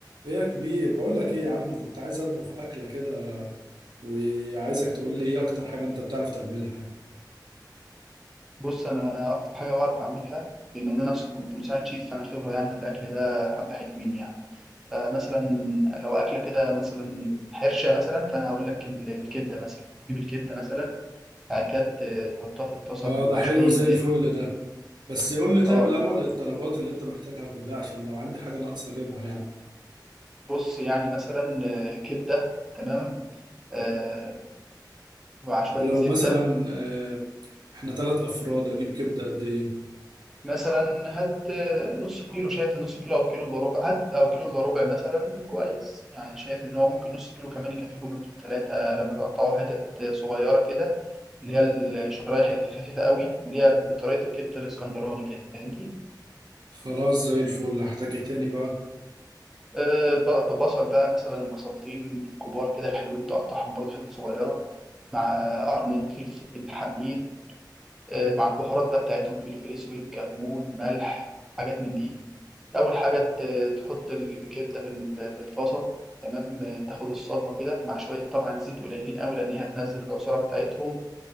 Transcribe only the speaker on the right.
ايه يا كبير بقول لك ايه يا عم كنت عايز اطبخ اكله كده وعايزك تقول
لي ايه اكتر حاجه انت بتعرف تعملها يعني
اه
ده حلو
زي
الفل ده بس قول لي طيب
الاول الطلبات اللي انت محتاجها كلها عشان لو عندي حاجه ناقصه اجيبها يعني
طب لو
مثلا آه، احنا ثلاث افراد اجيب كبده قد ايه
خلاص زي الفل هحتاج ايه تاني بقى